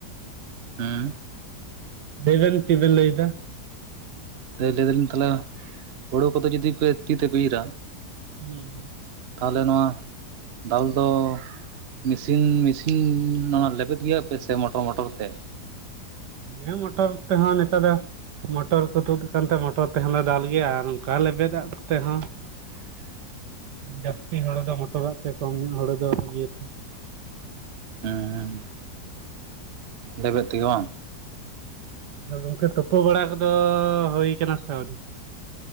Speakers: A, on the right; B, on the right.
A: ᱩᱸᱼᱼᱼ
B: ᱞᱟᱹᱭ ᱵᱤᱱ ᱪᱮᱜ ᱵᱤᱱ ᱞᱟᱹᱭ ᱫᱟ?
A: ᱛᱟᱹᱭ ᱞᱟᱹᱭ ᱫᱟᱹᱞᱤᱧ ᱛᱟᱦᱚᱞᱮ ᱦᱳᱲᱳ ᱠᱚᱫᱚ ᱡᱩᱫᱤ ᱯᱮ ᱛᱤ ᱛᱮᱯᱮ ᱤᱨᱟᱼᱼ
B: ᱦᱩᱸ᱾
A: ᱛᱟᱦᱚᱞᱮ ᱱᱚᱣᱟ ᱫᱟᱞ ᱫᱚᱼᱼᱼ ᱢᱤᱥᱤᱱ ᱢᱤᱥᱤᱱ ᱱᱚᱶᱟ ᱞᱮᱵᱮᱫᱽ ᱜᱮᱭᱟ ᱯᱮ ᱥᱮ ᱢᱚᱴᱚᱨ ᱢᱚᱴᱚᱨ ᱛᱮ?
B: ᱦᱮᱸ ᱢᱚᱴᱚᱨ ᱛᱮᱦᱟᱸ ᱱᱮᱛᱟᱨ ᱫᱚᱼᱼ ᱢᱚᱴᱚᱨ ᱠᱚ ᱛᱩᱫᱽ ᱟᱠᱟᱱ ᱛᱮ ᱢᱚᱴᱚᱨ ᱛᱮᱦᱚᱸ ᱞᱮ ᱫᱟᱞ ᱜᱮᱭᱟ ᱟᱨ ᱚᱱᱠᱟ ᱞᱮᱵᱮᱫᱟᱜ ᱠᱚᱛᱮ ᱦᱚᱸ᱾
A: <unintelligible>
B: ᱡᱟᱥᱛᱤ ᱦᱚᱲ ᱫᱚ ᱢᱚᱴᱚᱨᱟᱜ ᱛᱮ ᱠᱚᱢ ᱧᱚᱜ ᱦᱚᱲ ᱫᱚ ᱤᱭᱟᱹ ᱛᱮᱼᱼ
A: ᱦᱮᱸᱻ ᱞᱮᱵᱮᱜ ᱛᱮᱜᱮ ᱵᱟᱝ᱾
B: ᱫᱚ ᱜᱚᱝᱠᱮ ᱛᱩᱯᱩ ᱵᱟᱲᱟ ᱠᱚᱫᱚ ᱦᱚᱭ ᱠᱟᱱᱟ ᱥᱮ ᱟᱹᱣᱨᱤᱭᱟ?